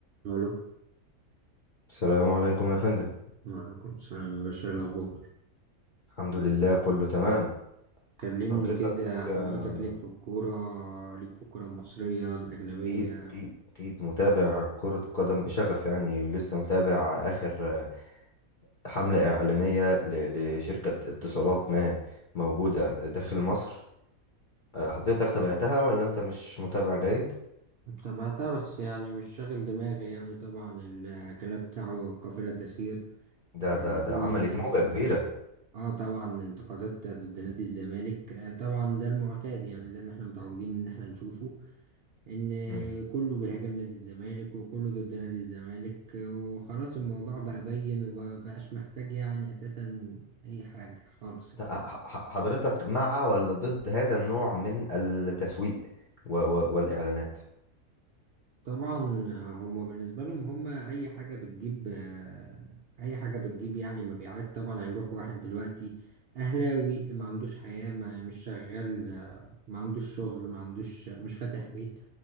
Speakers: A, on the right; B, on the left.
A: الو
B: السلام عليكم يا فندم
A: وعليكم السلام يا باشا إيه الأخبار
B: الحمد لله كله تمام
A: كلمني
B: حضرتك
A: كده حضرتك
B: آه،
A: ليك في الكورة ليك في الكورة المصرية الأجنبية
B: أكيد أكيد أكيد متابع كرة قدم بشغف يعني ولسه متابع آخر آه، حملة إعلانية ل- لشركة اتصالات ما موجودة داخل مصر آه، حضرتك تابعتها ولا أنت مش متابع جيد؟
A: تابعتها بس يعني مش شاغل دماغي يعني طبعا الكلام بتاعه قافلة تسير
B: ده
A: آه،
B: ده
A: كل
B: ده عملت
A: الناس
B: موجة كبيرة
A: اه آه، طبعا انتقادات ضد نادي الزمالك آه، طبعا ده المعتاد يعني ده اللي احنا متعودين ان احنا نشوفه ان
B: مم.
A: كله بيهاجم نادي الزمالك وكله ضد نادي الزمالك وخلاص الموضوع بقى بين ومبقاش محتاج يعني اساسا اي حاجة خالص يعني.
B: ت- ح- ح- حضرتك مع ولا ضد هذا النوع من التسويق و- و- والإعلانات؟
A: طبعا هما بالنسبة لهم هما اي حاجة بتجيب آه، اي حاجة بتجيب يعني مبيعات طبعا هيروح واحد دلوقتي اهلاوي ما عندوش حياة ما مش شغال آه، ما عندوش شغل ما عندوش مش فاتح بيت